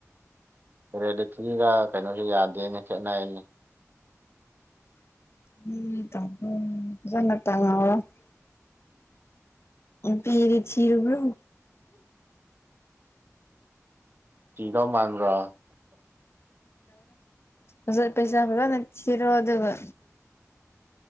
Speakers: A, on the right; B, on the left.
A: ꯔꯤꯌꯦꯂꯤꯇꯤꯒ ꯀꯩꯅꯣꯁꯨ ꯌꯥꯗꯦꯅ ꯈꯦꯠꯅꯩꯅꯦ
B: ꯎꯝ <unintelligible> <unintelligible> ꯄꯤꯔꯤ ꯆꯤꯔꯕ꯭ꯔꯣ
A: ꯆꯤꯗꯧ ꯃꯥꯟꯕ꯭ꯔꯣ
B: ꯍꯅꯦ ꯄꯩꯁꯕꯂ ꯅ ꯆꯤꯔꯣ ꯑꯗꯨꯒ